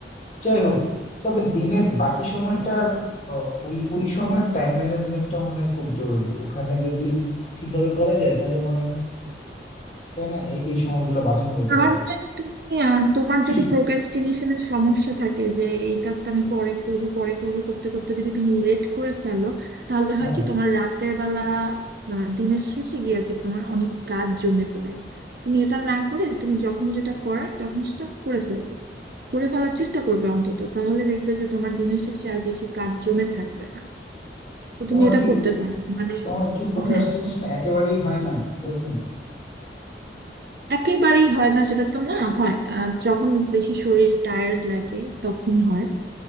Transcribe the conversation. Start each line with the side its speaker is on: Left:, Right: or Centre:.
Left: যাই হোক তবে দিনের বাকি সময়টার আহ, ওই ওই সময়ের টাইম ম্যানেজমেন্টটা মনে হয় খুব জরুরি ওখানে যদি ঠিকভাবে করা যায় তাহলে মানে তাই না এই এই সময়গুলো বাঁচানো যেতে
Right: আমার
Left: পারে
Right: মনে হয় যে তুমি আহ, তোমার
Left: <clears throat>
Right: যদি প্রোক্রাস্টিনেশনের সমস্যা থাকে যে এই কাজটা আমি পরে করবো পরে করবো করতে করতে যদি তুমি লেট করে ফেলো তাহলে হয়
Left: হ্যাঁ
Right: কি তোমার রাতের বেলা আহ, দিনের শেষে গিয়ে আর কি তোমার অনেক কাজ জমে পড়ে তুমি এটা না করে তুমি যখন যেটা করার তখন সেটা করে ফেলবে করে ফেলার চেষ্টা করবে অন্তত তাহলে দেখবে যে তোমার দিনের শেষে আর বেশি কাজ জমে থাকবে না তো
Left: তোমার
Right: তুমি এটা
Left: কি
Right: করতে পারো মানে
Left: তোমার কি প্রোক্রাস্টিনেশন
Right: হ্যাঁ
Left: একেবারেই হয় না ওরকম
Right: একেবারেই হয় না সেটা তো না হয় আহ, যখন বেশি শরীর টায়ার্ড লাগে তখন হয়